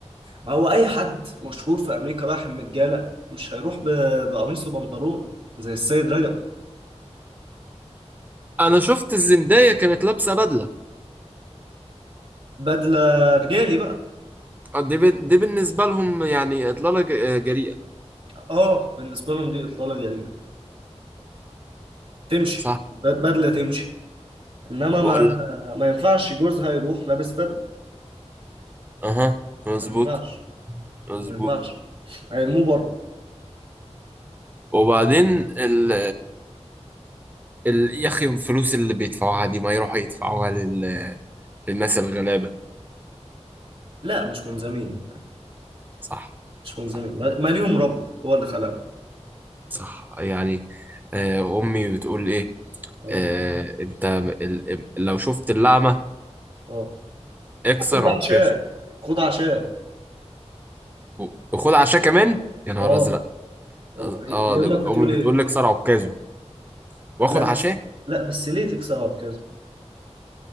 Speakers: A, on the right (about 50°); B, on the right (about 15°).
A: ما هو اي حد مشهور في امريكا رايح متجالة مش هيروح ب... بقميص وبنطلون زي السيد رجب
B: انا شفت الزندايا كانت لابسه بدله
A: بدلة رجالي بقى
B: دي, ب... دي بالنسبه لهم يعني اطلاله ج- جريئه
A: اه بالنسبة لهم دي اطلالة جريئة تمشي
B: صح
A: ب- بدلة تمشي انما
B: وبقول
A: ما
B: لك
A: ما ينفعش جوزها يروح لابس بدلة
B: اها مظبوط
A: ما ينفعش
B: مظبوط
A: ما ينفعش هيرموه بره
B: وبعدين ال ال يا اخي الفلوس اللي بيدفعوها دي ما يروحوا يدفعوها لل... للناس الغلابة
A: لا مش ملزمين
B: صح
A: مش ملزمين
B: صح
A: ما ما ليهم رب هو اللي خلقهم
B: صح يعني آه، امي بتقول ايه
A: اه
B: آه، انت ال... لو شفت اللعمة
A: اه
B: اكسر
A: خد
B: عكازه
A: عشاء خد عشاء
B: و- وخد عشاء كمان يا نهار
A: اه
B: ازرق
A: أو-
B: اه
A: ي- يمك
B: آه، ده
A: بتقول
B: امي بتقول
A: ايه
B: لي اكسر عكازه واخد
A: لا
B: عشاء
A: بس لا بس ليه تكسر عكازه